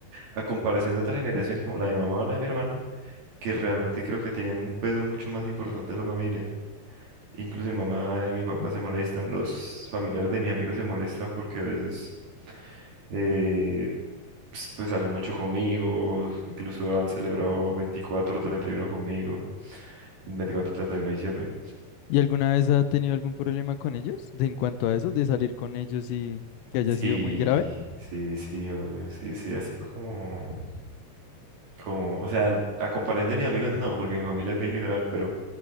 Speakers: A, on the right; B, on the left.
A: a comparación de otras generaciones como la de mi mamá o la de mi hermano que realmente creo que tenían un peso mucho más importante de la familia. Incluso mi mamá y mi papá se molestan, los familiares de mi amigo se molestan porque a veces eh, pues, pues salen mucho conmigo, incluso han celebrado 24 o 31 conmigo, 24 o 31 de diciembre.
B: ¿Y alguna vez ha tenido algún problema con ellos de, en cuanto a eso, de salir con ellos y que haya
A: Sí,
B: sido muy grave?
A: sí, sí, obvio, sí, sí, ha sido como, como, o sea, a comparación de mis amigos no, porque mi familia es bien liberal, pero